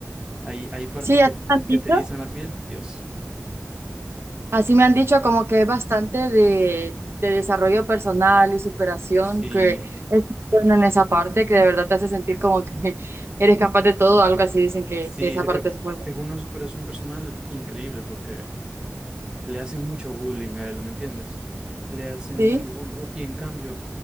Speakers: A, on the right; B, on the right.
A: Hay, hay partes
B: Sí,
A: que,
B: así me han
A: que
B: dicho.
A: te erizan la piel, Dios.
B: Así me han dicho como que es bastante de, de desarrollo personal y superación,
A: Sí,
B: que es bueno en esa parte, que de verdad te hace sentir como que <laughs> eres capaz de todo, algo así dicen que,
A: sí,
B: que esa
A: e-
B: parte es muy buena.
A: es una superación personal increíble porque le hacen mucho bullying a él, ¿me entiendes? Le hacen
B: Sí,
A: mucho bullying. Bueno, Y en cambio,